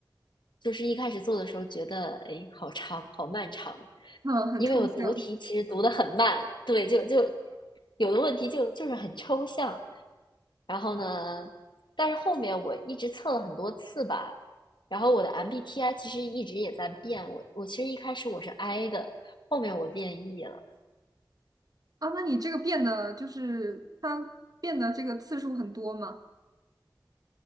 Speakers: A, on the left; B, on the right.
A: 就是一开始做的时候觉得哎好长好漫长，
B: 嗯，很抽象
A: 因为我读题其实读的很慢，对，就就有的问题就就是很抽象。然后呢，但是后面我一直测了很多次吧，然后我的 MBTI 其实一直也在变。我我其实一开始我是 I 的，后面我变 E 了。
B: 啊。那你这个变的，就是他变的这个次数很多吗？